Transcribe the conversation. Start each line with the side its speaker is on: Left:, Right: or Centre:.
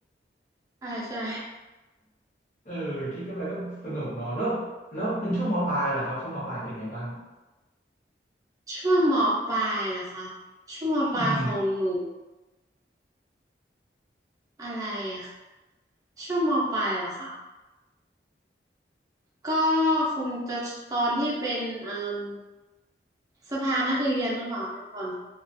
Right: ใช่ใช่
Left: เออคิดก็ไปก็สนุกเนาะแล้วแล้วเป็นช่วงมปลายล่ะครับช่วงมปลายเป็นไงบ้าง
Right: ช่วงมปลายล่ะคะช่วงมปลายของหนู
Left: อือหือ
Right: อะไรอะช่วงมปลายล่ะคะก็คงจะตอนที่เป็นเอ่มสภานักเรียนหรือเปล่าก่อน